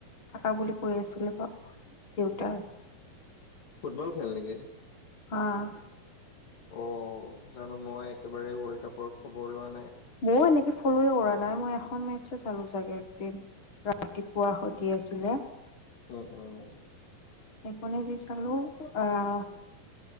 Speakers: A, on the left; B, on the left.
A: থাকা বুলি কৈ আছিলে দেউতাই।
B: ফুটবল খেল নেকি?
A: অহ।
B: অ', জানো মই একেবাৰে ৱৰ্ল্ড কাপৰ খবৰ লোৱা নাই।
A: ময়ো এনেকে ফলোয়ে কৰা নাই, মই এখন মেত চে চালো চাগে একদিন, ৰাতিপুৱা সধি আছিলে।
B: উ, উম।
A: সেইখনে যি চালো, আহ